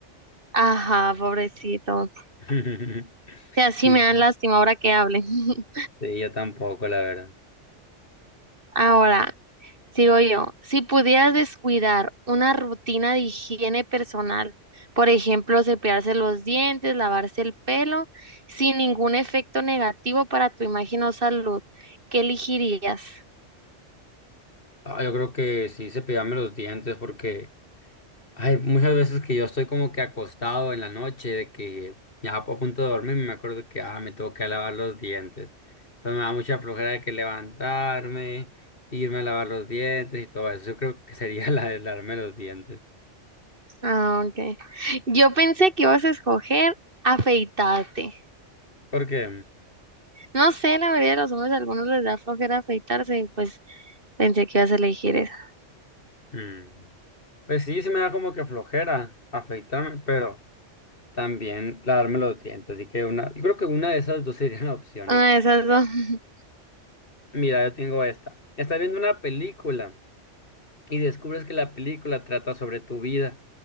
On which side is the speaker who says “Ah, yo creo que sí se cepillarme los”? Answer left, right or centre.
Left